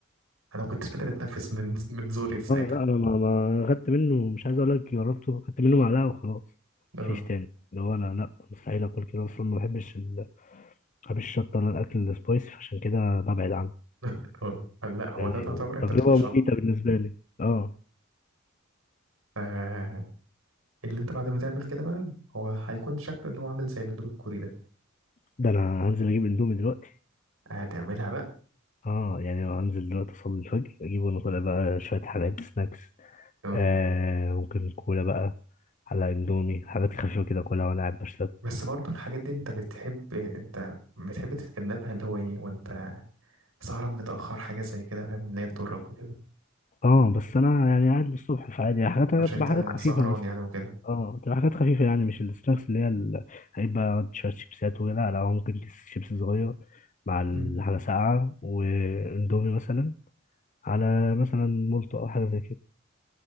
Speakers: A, on the right; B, on the left.
A: أنا ما كنتش قادر أتنفس من من زوري ساعتها
B: اه لا انا ما ما خدت منه مش عايز اقول لك جربته خدت منه معلقه وخلاص
A: اه
B: مفيش تاني اللي هو انا لا مستحيل اكل كده اصلا ما بحبش ال... ما بحبش الشطه انا الاكل السبايسي فعشان كده ببعد عنه
A: <laughs> اه لا هو
B: يعني
A: ده تعتبر أنت
B: تجربة
A: بتاكل
B: مميتة بالنسبة لي اه
A: شطة اللي انت بعد ما تعمل كده بقى هو هيكون شكله اللي هو عامل زي الاندومي الكوري ده
B: ده انا هنزل اجيب اندومي دلوقتي
A: هتعملها بقى
B: اه يعني هنزل دلوقتي اصلي الفجر اجيب وانا طالع بقى شوية حاجات سناكس
A: اه
B: آه ممكن كولا بقى على اندومي حاجات خفيفة كده كلها وانا قاعد بشتغل
A: بس برضه الحاجات دي انت بتحب انت بتحب تتجنبها اللي هو ايه وانت سهران متأخر حاجة زي كده فاهم ان هي تضرك وكده
B: اه بس انا يعني قاعد للصبح فعادي يعني حاجات
A: عشان
B: تبقى
A: انت
B: حاجات خفيفة
A: سهران
B: مثلا
A: يعني وكده
B: اه تبقى حاجات خفيفة يعني مش السناكس اللي هي ال... هيبقى شوية شيبسات ولا لا لا، هو ممكن كيس شيبس صغير مع ال-
A: مم.
B: حاجة ساقعة واندومي مثلا على مثلا مولتو او حاجة زي كده